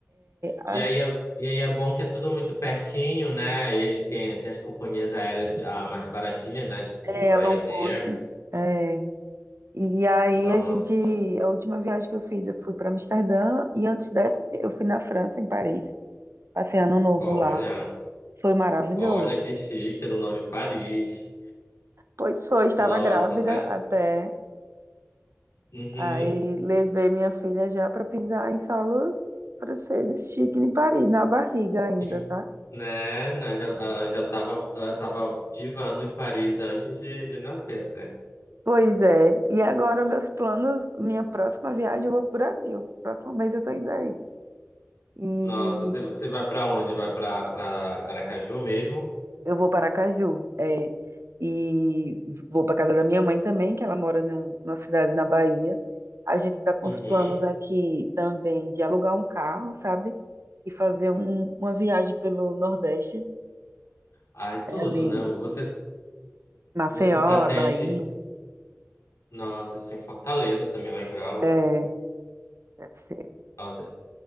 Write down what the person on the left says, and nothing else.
E
aí é, e aí é bom que é tudo muito pertinho, né? Ele tem, tem as companhias aéreas ah, mais baratinhas, né? Tipo
Ryanair.
Nossa,
olha,
olha que chique, é no nome Paris.
Nossa,
faz.
Uhum.
E,
né? né, já, ela já tava, ela tava divando em Paris antes de, de nascer até.
Nossa, você, você vai pra onde? Vai pra, pra Aracaju mesmo?
Uhum.
Ai, tudo,
né? Você,
você pretende.
Nossa, assim, Fortaleza também é legal.
Nossa,